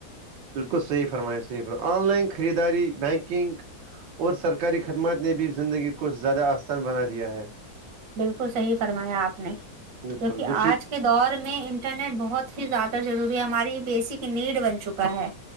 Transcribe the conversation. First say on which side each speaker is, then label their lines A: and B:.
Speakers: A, on the right; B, on the right.
A: بالکل صحیح فرما صحیح فرما آن لائن خریداری بینکنگ اور سرکاری خدمات نے بھی زندگی کو زیادہ آسان بنا دیا ہے
B: بالکل صحیح فرمایا آپ نے کیونکہ
A: بالکل دوسری
B: آج کے دور میں ان انٹرنیٹ بہت ہی زیادہ ضروری ہے ہماری بیسک نیڈ بن چکا ہے